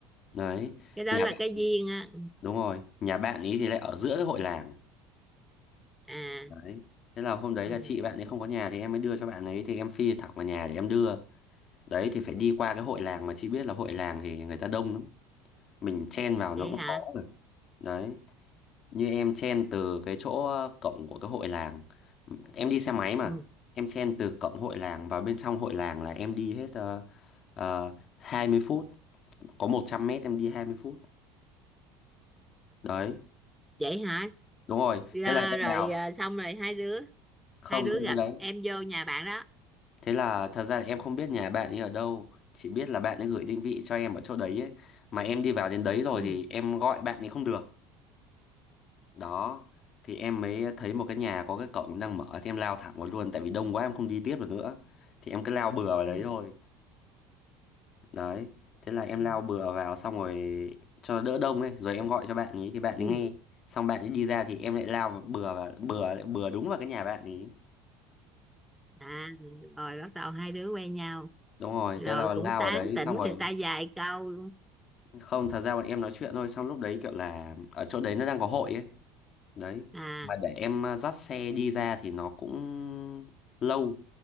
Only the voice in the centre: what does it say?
cái đó
là
cái duyên á
à
ừ.
vậy
hả
ừ.
vậy hả
rồi,
rồi
à, xong rồi hai đứa
hai đứa
gặp
em vô nhà bạn đó
ừ.
Ừ.
Ừ.
Ừ.
à rồi bắt đầu hai đứa quen nhau
rồi
cũng
tán
tỉnh
người ta vài câu
à